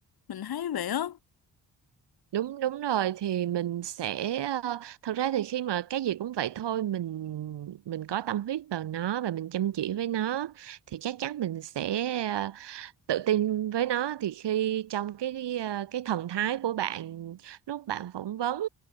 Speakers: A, on the left; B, on the right.
A: mình thấy vậy á
B: đúng đúng rồi thì mình sẽ ờ, thật ra thì khi mà cái gì cũng vậy thôi mình mình có tâm huyết vào nó và mình chăm chỉ với nó thì chắc chắn mình sẽ ờ, tự tin với nó thì khi trong cái à, cái thần thái của bạn lúc bạn phỏng vấn